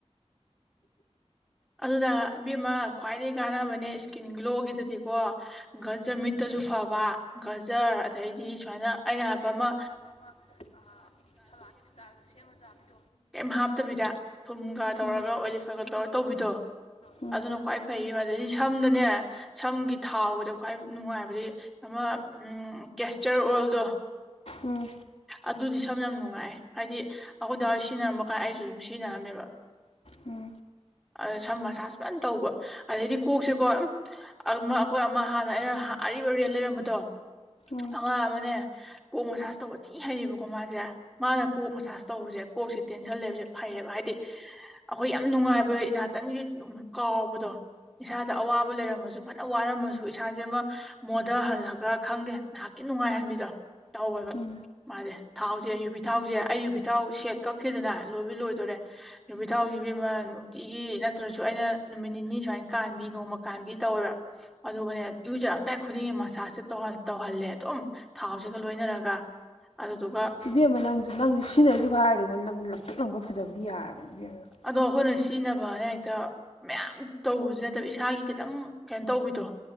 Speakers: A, in the centre; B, on the left.
A: ꯑꯗꯨꯗ ꯏꯕꯤꯦꯝꯃ ꯈ꯭ꯋꯥꯏꯗꯒꯤ ꯀꯥꯟꯅꯕꯅꯦ ꯏꯁꯀꯤꯟ ꯒ꯭ꯂꯣꯒꯤꯗꯨꯗꯤꯀꯣ ꯒꯖꯔ ꯃꯤꯠꯇꯁꯨ ꯐꯕ ꯒꯖꯔ ꯑꯗꯩꯗꯤ ꯁꯨꯃꯥꯏꯅ ꯑꯩꯅ ꯍꯥꯏꯕ ꯑꯃ
B: ꯃ ꯑꯃ ꯁꯂꯥꯠ ꯏꯁꯇꯥꯏꯜ ꯁꯦꯝꯕ ꯌꯥꯥꯕ
A: ꯀꯔꯤꯝ ꯍꯥꯞꯇꯕꯤꯗ ꯊꯨꯝꯒ ꯇꯧꯔꯒ
B: ꯎꯝ
A: ꯑꯣꯂꯤꯐꯒ ꯇꯧꯔ ꯇꯧꯕꯤꯗꯣ
B: ꯎꯝ
A: ꯑꯗꯨꯅ ꯈ꯭ꯋꯥꯏ ꯐꯩ ꯃꯗꯗꯤ ꯁꯝꯗꯅꯦ ꯁꯝꯒꯤ ꯊꯥꯎꯕꯗ ꯈ꯭ꯋꯥꯏ ꯅꯨꯡꯉꯥꯏꯕꯗꯤ ꯑꯃ ꯀꯦꯁꯇꯔ ꯑꯣꯏꯜꯗꯣ
B: ꯎꯝ
A: ꯑꯗꯨꯗꯤ ꯁꯝꯅ ꯌꯥꯝ ꯅꯨꯡꯉꯥꯏ ꯍꯥꯏꯗꯤ ꯑꯩꯈꯣꯏꯗ ꯍꯏꯔ ꯁꯤꯖꯤꯟꯅꯔꯝꯕ ꯀꯥꯟꯗ ꯑꯩꯁꯨ ꯑꯗꯨꯝ ꯁꯤꯖꯤꯟꯅꯔꯝꯃꯦꯕ
B: ꯎꯝ
A: ꯑꯗ ꯁꯝ ꯃꯁꯥꯥꯁ ꯐꯖꯅ ꯇꯧꯕ ꯑꯗꯩꯗꯤ ꯀꯣꯛꯁꯤꯦꯀꯣ ꯑꯩꯈꯣꯏ ꯑꯃ ꯍꯥꯟꯅ ꯑꯩꯅ ꯑꯔꯤꯕ ꯔꯦꯜ ꯂꯩꯔꯝꯕꯗꯣ
B: ꯎꯝ
A: ꯑꯉꯥꯡ ꯑꯃꯅꯦ ꯀꯣꯛ ꯃꯁꯥꯁ ꯇꯧꯕ ꯊꯤ ꯍꯩꯌꯦꯕꯀꯣ ꯃꯥꯁꯦ ꯃꯥꯅ ꯀꯣꯛ ꯃꯁꯥꯁ ꯇꯧꯕꯁꯦ ꯀꯣꯛꯁꯦ ꯇꯦꯟꯁꯟ ꯂꯩꯕꯁꯦ ꯐꯩꯔꯦꯕ ꯍꯥꯏꯗꯤ ꯑꯩꯈꯣꯏ ꯌꯥꯝ ꯅꯨꯡꯉꯥꯏꯕ ꯏꯍꯥꯛꯇꯪꯒꯤ ꯀꯥꯎꯕꯗꯣ ꯏꯁꯥꯗ ꯑꯋꯥꯕ ꯂꯩꯔꯝꯃꯁꯨ ꯐꯖꯅ ꯋꯥꯔꯝꯃꯁꯨ ꯏꯁꯥꯁꯦ ꯑꯃ ꯃꯣꯗ ꯍꯜꯂ ꯈ ꯈꯪꯗꯦ ꯉꯍꯥꯛꯀꯤ ꯅꯨꯡꯉꯥꯏꯍꯟꯕꯤꯗꯣ ꯇꯧꯋꯦꯕ
B: ꯎꯝ
A: ꯃꯥꯁꯦ ꯊꯥꯎꯁꯦ ꯌꯨꯕꯤ ꯊꯥꯎꯁꯦ ꯑꯩ ꯌꯨꯕꯤ ꯊꯥꯎ ꯁꯦꯠ ꯀꯛꯈꯤꯗꯅ ꯂꯣꯏꯕ ꯂꯣꯏꯗꯣꯔꯦ ꯅꯨꯄꯤ ꯊꯥꯎꯁꯤꯕꯤ ꯑꯃ ꯅꯨꯡꯇꯤꯒꯤ ꯅꯠꯇ꯭ꯔꯁꯨ ꯑꯩꯅ ꯅꯨꯃꯤꯠ ꯅꯤꯅꯤ ꯁꯨꯃꯥꯏꯅ ꯀꯥꯟꯕꯤ ꯅꯣꯡꯃ ꯀꯥꯟꯕꯤ ꯇꯧꯋꯦꯕ ꯑꯗꯨꯒꯅꯦ ꯌꯨꯖꯔꯝꯗꯥꯏ ꯈꯨꯗꯤꯡꯒꯤ ꯃꯁꯖꯁꯦꯧ ꯇꯧꯍꯜꯂꯦ ꯑꯗꯨꯝ ꯊꯥꯎꯁꯤꯒ ꯂꯣꯏꯅꯔꯒ ꯑꯗꯨꯗꯨ
B: ꯏꯕꯦꯝ ꯑꯃ ꯅꯪꯁ ꯅꯪꯁꯦ ꯁꯤꯖꯤꯟꯅꯔꯤꯁꯨ ꯍꯥꯏꯔꯦꯀꯣ ꯅꯪ ꯂꯪꯊꯣꯛ ꯂꯝꯪꯈꯣꯏ ꯐꯖꯕꯒꯤ ꯌꯥꯔꯕꯅꯦ ꯏꯕꯦꯝ ꯑꯃꯗ
A: ꯑꯗꯣ ꯑꯩꯈꯣꯏꯅ ꯁꯤꯖꯤꯟꯅꯕꯅ ꯍꯦꯛꯇ ꯃꯌꯥꯝ ꯇꯧꯕꯁꯤ ꯅꯠꯇꯕ ꯏꯁꯥꯒꯤ ꯈꯤꯇꯪ ꯀꯩꯅꯣ ꯇꯧꯕꯤꯗ꯭ꯔꯣ